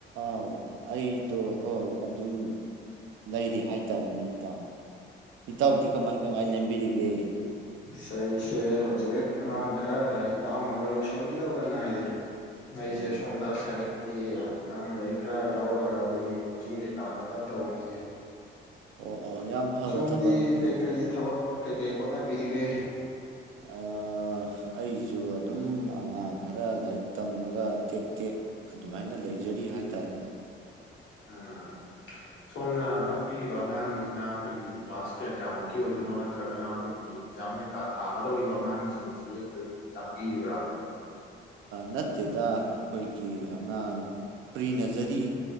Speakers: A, on the right; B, on the left.
A: ꯑꯥꯎ ꯑꯩꯗꯣ ꯍꯣꯏ ꯑꯗꯨꯝ ꯂꯩꯔꯤ ꯍꯥꯏꯇꯥꯔꯦꯅꯦ ꯏꯇꯥꯎ ꯏꯇꯥꯎꯗꯤ ꯀꯃꯥꯏ ꯀꯃꯥꯏ ꯂꯦꯝꯕꯤꯔꯤꯒꯦ
B: ꯏꯁꯩꯁꯦ ꯍꯧꯖꯤꯛ ꯑꯉꯥꯡ ꯈꯔ ꯂꯥꯏꯔꯤꯛ ꯇꯥꯑꯝꯃꯒ ꯂꯣꯏꯁꯤꯟꯈꯤꯗꯕꯗ ꯉꯥꯏꯔꯤ ꯑꯩꯁꯦ
A: ꯑꯣ
B: ꯁꯣꯝꯗꯥꯁ ꯁꯥꯏꯅꯤꯛ ꯀꯤ ꯑꯉꯥꯡꯈꯩ ꯈꯔ ꯂꯧꯔꯒ ꯑꯩꯈꯣꯏꯒꯤ ꯀꯣꯆꯤꯡ ꯀꯩꯀꯥꯗꯣ ꯈꯔ ꯇꯧꯔꯤꯌꯦ
A: ꯑꯣ ꯑꯣ ꯌꯥꯝ ꯐꯕ
B: ꯁꯣꯝꯗꯤ
A: ꯊꯕꯛꯅꯤꯅꯦ
B: ꯀꯔꯤ
A: ꯑꯗꯨꯗꯤ
B: ꯀꯔꯤ ꯊꯕꯛ ꯀꯩꯀꯔꯤ ꯍꯣꯠꯅꯕꯤꯔꯤꯒꯦ
A: ꯑ ꯑꯩꯁꯨ ꯑꯗꯨꯝ ꯑꯉꯥꯡ ꯈꯔ ꯂꯥꯏꯔꯤꯛ ꯇꯝꯃꯒ ꯇꯦꯛ ꯇꯦꯛ ꯑꯗꯨꯃꯥꯏꯅ ꯂꯩ ꯂꯩꯖꯔꯤ ꯍꯥꯏꯇꯥꯔꯦꯅꯦ
B: ꯑꯥ ꯁꯣꯝꯅ ꯇꯥꯛꯄꯤꯔꯤꯕ ꯑꯉꯥꯡꯁꯤꯅ ꯑꯩꯈꯣꯏꯒꯤ ꯀ꯭ꯂꯥꯁ ꯀꯌꯥ ꯀꯌꯥꯃꯨꯛꯀꯤ ꯑꯣꯏꯗꯣꯏꯅꯣ ꯅꯠꯇ꯭ꯔꯒꯅ ꯑꯩꯈꯣꯏꯒꯤ ꯑꯦꯛꯖꯥꯝ ꯀꯩꯀꯥ ꯊꯥꯒꯗꯧꯔꯤꯕ ꯑꯉꯥꯡꯁꯤꯡꯁꯤ ꯑꯩꯈꯣꯏ ꯇꯥꯛꯄꯤꯔꯤꯕ꯭ꯔꯥ
A: ꯅꯠꯇꯦꯗ ꯑꯩꯈꯣꯏꯒꯤ ꯑꯉꯥꯡ ꯄ꯭ꯔꯤꯅꯖꯔꯤ